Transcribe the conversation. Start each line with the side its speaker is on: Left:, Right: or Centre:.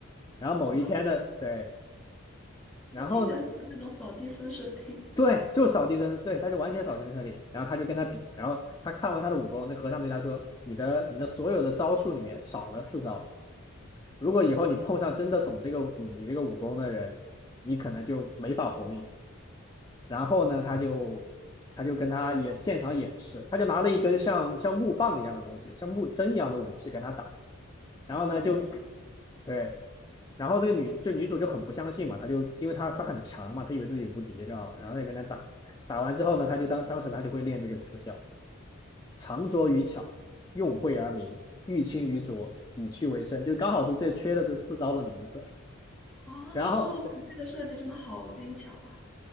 Left: 然后某一天呢，
Centre: 啊，那
Left: 对，然后呢，
Centre: 听起来很像那种扫地僧设定。
Left: 对，
Centre: <laughs>
Left: 就扫地僧，对，他就完全扫地僧里，然后他就跟他比，然后他看完他的武功，那和尚对他说，你的你的所有的招数里面少了四招，如果以后你碰上真的懂这个你你这个武功的人，你可能就没法活命。然后呢，他就他就跟他演现场演示，他就拿了一根像像木棒一样的东西，像木针一样的武器跟他打。然后呢，
Centre: 木之
Left: 就对，然后这个女这女主就很不相信嘛，她就因为她她很强嘛，她以为自己无敌，知道吧？然后就跟他打，打完之后呢，她就当当时她就会练这个词效，长拙于巧，用晦而明，欲清于拙，以屈为伸，就刚好是这缺的这四招的名字。
Centre: 哦，
Left: 然后
Centre: 哇，你这个设计真的好精巧啊！